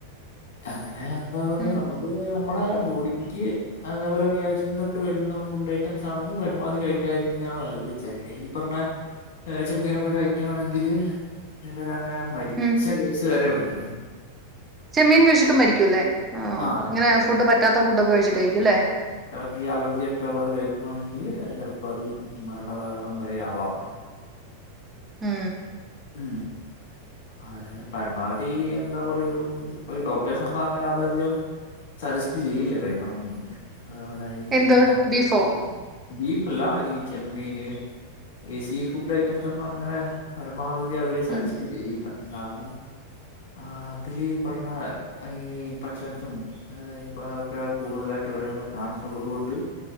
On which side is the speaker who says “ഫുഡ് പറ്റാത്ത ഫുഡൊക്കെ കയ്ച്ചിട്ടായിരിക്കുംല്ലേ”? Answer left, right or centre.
Right